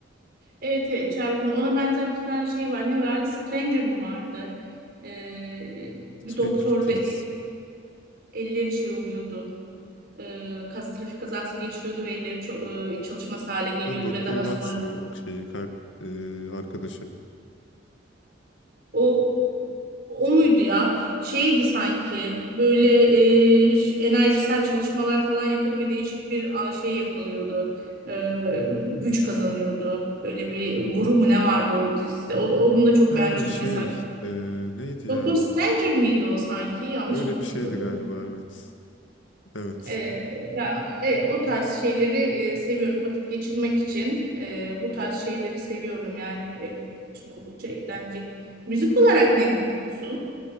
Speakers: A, on the right; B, on the left.
A: Evet evet Sherlock Holmes. Ona benzer bir tane şey var. Ne vardı? Stranger mı vardı? Ee, bir
B: Stranger
A: doktorda
B: Things.
A: el- elleri şey oluyordu. e, kaz trafik kazası geçiriyordu ve elleri ço- e, çalışmaz hale geliyordu
B: Ha, Doktor
A: ve daha
B: Watson
A: sonra
B: o şeyi ka- e, arkadaşı.
A: o o muydu ya? Şeydi sanki böyle e, ş- enerjisel çalışmalar falan yapıyordu ve değişik bir a, şey yakalıyordu. E, güç kazanıyordu. Böyle bir guru mu ne vardı o dizide? O- onu da çok
B: Ha
A: beğenmiştim
B: şey
A: mesela.
B: e, neydi ya
A: Doktor Stranger
B: o?
A: miydi o sanki? Yanlış
B: Öyle
A: mı
B: bir
A: hatırladım?
B: şeydi galiba evet. Evet.
A: E, ya e, o tarz şeyleri e, seviyorum. Vakit geçirmek için e, bu tarz şeyleri seviyorum. Yani e, benim için oldukça eğlenceli. Müzik olarak ne dinliyorsun?